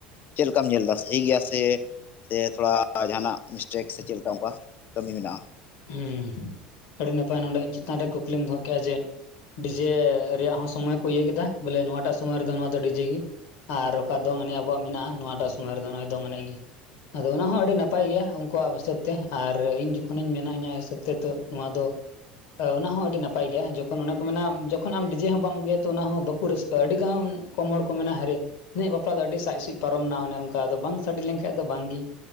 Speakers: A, on the left; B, on the left.
A: ᱪᱮᱫ ᱞᱮᱠᱟᱢ ᱧᱮᱞ ᱫᱟ ᱥᱟᱹᱦᱤ ᱜᱮᱭᱟ ᱥᱮ ᱥᱮ ᱛᱷᱚᱲᱟ ᱡᱟᱦᱟᱱᱟᱜ ᱢᱤᱥᱴᱮᱠ ᱥᱮ ᱪᱮᱫ ᱞᱮᱠᱟ ᱚᱱᱠᱟ ᱠᱟᱹᱢᱤ ᱢᱮᱱᱟᱜᱼᱟ
B: ᱦᱩᱸ ᱟᱹᱰᱤ ᱱᱟᱯᱟᱭ ᱱᱚᱸᱰᱮ ᱤᱧ ᱪᱮᱛᱟᱱ ᱨᱮ ᱠᱩᱠᱞᱤᱢ ᱫᱚᱦᱚ ᱠᱮᱜᱼᱟ ᱡᱮ ᱰᱤᱡᱮ ᱨᱮᱭᱟᱜ ᱦᱚᱸ ᱥᱚᱢᱚᱭ ᱠᱚ ᱤᱭᱟᱹ ᱠᱮᱫᱟ ᱵᱚᱞᱮ ᱱᱚᱣᱟᱴᱟᱜ ᱥᱚᱢᱚᱭ ᱨᱮ ᱫᱚ ᱱᱚᱣᱟ ᱫᱚ ᱰᱤᱡᱮ ᱜᱮ ᱟᱨ ᱚᱠᱟ ᱫᱚᱝ ᱮᱱᱮᱡ ᱟᱵᱚᱣᱟᱜ ᱢᱮᱱᱟᱜᱼᱟ ᱱᱚᱣᱟᱴᱟᱜ ᱥᱚᱢᱚᱭ ᱨᱮ ᱫᱚ ᱱᱚᱜᱼᱚᱭ ᱫᱚᱝ ᱮᱱᱮᱡ ᱜᱮ ᱟᱫᱚ ᱚᱱᱟ ᱦᱚᱸ ᱟᱹᱰᱤ ᱱᱟᱯᱟᱭ ᱜᱮᱭᱟ ᱩᱱᱠᱩᱣᱟᱜ ᱦᱤᱥᱟᱹᱵ ᱛᱮ ᱟᱨ ᱤᱧ ᱡᱚᱠᱷᱚᱱ ᱤᱧ ᱢᱮᱱᱟ ᱤᱧᱟᱹᱜ ᱦᱤᱥᱟᱹᱵ ᱛᱮᱫᱚ ᱱᱚᱣᱟ ᱫᱚ ᱚᱱᱟ ᱦᱚᱸ ᱟᱹᱰᱤ ᱱᱟᱯᱟᱭ ᱜᱮᱭᱟ ᱡᱚᱠᱷᱚᱱ ᱚᱱᱟ ᱠᱚ ᱢᱮᱱᱟ ᱡᱚᱠᱷᱚᱱ ᱟᱢ ᱰᱤᱢᱮ ᱦᱚᱸ ᱵᱟᱢ ᱟᱹᱜᱩᱭᱟ ᱛᱚ ᱚᱱᱟ ᱦᱚᱸ ᱵᱟᱠᱚ ᱨᱟᱹᱥᱠᱟᱹᱜ ᱟᱹᱰᱤᱜᱟᱱ ᱠᱚᱢ ᱦᱚᱲ ᱠᱚ ᱢᱮᱱᱟᱜᱼᱟ ᱱᱩᱭᱟᱹᱜ ᱵᱟᱯᱞᱟ ᱫᱚ ᱟᱹᱰᱤ ᱥᱟᱡ ᱥᱩᱡ ᱯᱟᱨᱚᱢ ᱱᱟ ᱚᱱᱮ ᱚᱱᱠᱟ ᱟᱫᱚ ᱵᱟᱝ ᱥᱟᱰᱮ ᱞᱮᱱᱠᱷᱟᱡ ᱫᱚ ᱵᱟᱝᱜᱮ